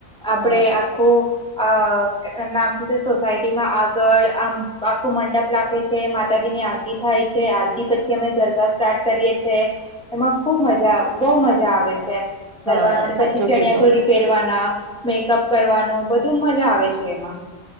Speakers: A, in the centre; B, on the right.
A: આપડે
B: હા.
A: આખું અહ કે નામ તું તે સોસાયટ માં આગળ આમ આખું મંડપ લાખે છે માતાજી ની આરતી થાય છે આલ તે પછી અમે ગરબા સ્ટાર્ટ કરીએ છીએ. એમાં ખુબ મજા બહુ મજા આવે છે. ગરબના
B: હા
A: રમવાની
B: સાચું
A: પછી ચણિયા
B: કીધું.
A: ચોરી પહેરવાના મેકઅપ કરવાનું બધું મજા આવે છે એમાં.